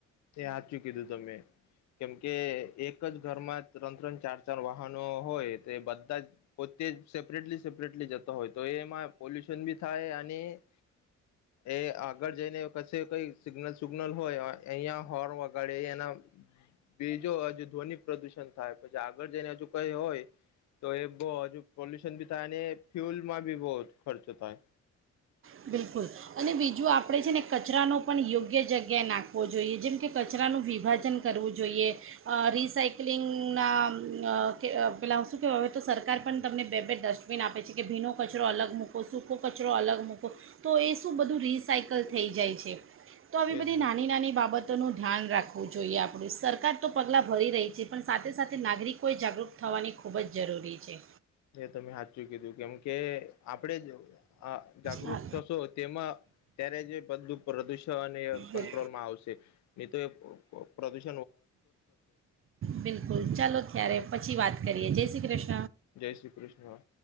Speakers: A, on the left; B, on the right.
A: એ હાચું કીધું તમે, કેમ કે એક જ ઘરમાં ત્રણ-ત્રણ ચાર-ચાર વાહનો હોય તો એ બધા જ પોતે સેપરેટલી સેપરેટલી જતો હોય તો એમાં પોલ્યુશન બી થાય, અને એ આગળ જઈને ક કઈ સિગ્નલ સુગ્નલ હોય. અહં હોર્ન વગાડે એના બીજો હજુ ધ્વનિ પ્રદુષણ થાય પછી આગળ જને હજુ કઈ હોય તો એ બહ હજુ પોલ્યુશન બી થાય અને ફ્યુલમાં બી બહ ખર્ચો થાય.
B: બિલકુલ, અને બીજું આપણે છે ને કચરાનો પણ યોગ્ય જગ્યાએ નાખવો જોઈએ જેમ કે કચરાનું વિભાજન કરવું જોઈએ અ રિસઇકલિંગના અ પેલાં શું કહેવા તો સરકાર પણ તમને બે બે ડસ્ટબિન આપે છે કે ભીનો કચરો અલગ મૂકો સૂકો કચરો અલગ મૂક. કો તો એ શું બધું રિસાયકલ થઈ જાય છે. તો આવી બધી
A: એજ
B: નાની નાની બાબત નું ધ્યાન રાખવું જોઈએ આપડું સરકાર તો પગલા ભરી રહી છે પણ સાથે સાથે નાગરિકોએ જાગૃત થવાની ખૂબ જ જરૂરી છે.
A: એ તમે હાચું કીધું કેમ કે આપણેે જ અ જાગૃત
B: હા
A: થશો તેમાં ત્યારે જે બધું પ્રદૂષ ત અને કંટ્રોલ
B: બિલકુલ
A: માં આવશે. એ તો એ પ્ર પ્રદૂષ
B: બિલકુલ ચાલો ત્યારે પછી વાત કરીએ જૈસી ક્રશ
A: જય શ્રી કૃષ્ણ.